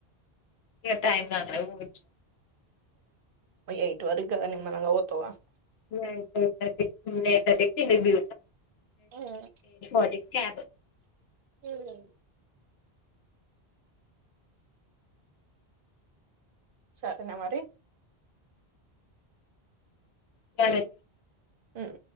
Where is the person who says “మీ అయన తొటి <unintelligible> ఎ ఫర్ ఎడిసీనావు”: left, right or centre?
Left